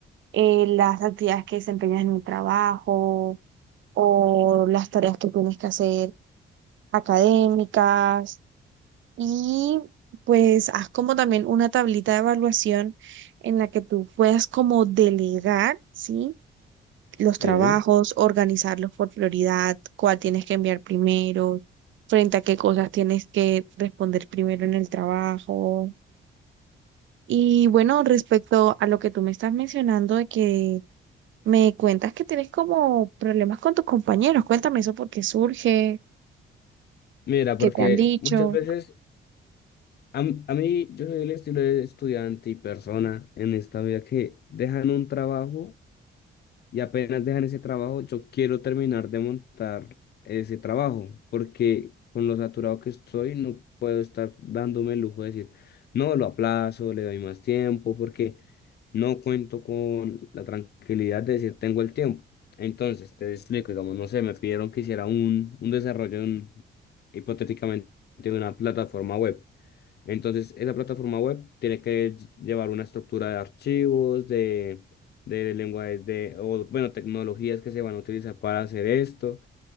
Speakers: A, on the right (about 70°); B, on the left (about 55°).
A: eh, las actividades que desempeñas en el trabajo o las tareas que tienes que hacer académicas. Y pues haz como también una tablita de evaluación en la que tú puedas como delegar, ¿sí? los
B: él.
A: trabajos, organizarlos por prioridad, cuál tienes que enviar primero, frente a qué cosas tienes que responder primero en el trabajo. Y bueno, respecto a lo que tú me estás mencionando de que me cuentas que tienes como problemas con tus compañeros, cuéntame eso por qué surge,
B: Mira,
A: qué
B: porque
A: te han dicho.
B: muchas veces a, m- a mí yo soy el estilo de estudiante y persona en esta vida que dejan un trabajo y apenas dejan ese trabajo, yo quiero terminar de montar ese trabajo, porque con lo saturado que estoy no puedo estar dándome el lujo de decir, no, lo aplazo, le doy más tiempo, porque no cuento con la tranquilidad de decir tengo el tiempo. Entonces, te explico, digamos, no sé, me pidieron que hiciera un, un desarrollo de un- hipotéticamente de una plataforma web. Entonces, esa plataforma web tiene que ll- llevar una estructura de archivos, de, de lenguajes, de, o, bueno, tecnologías que se van a utilizar para hacer esto.